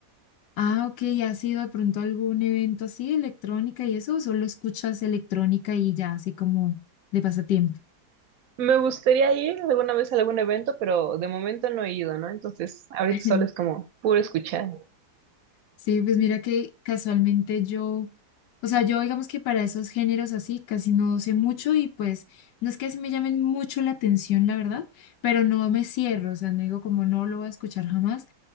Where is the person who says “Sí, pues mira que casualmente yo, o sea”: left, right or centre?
Left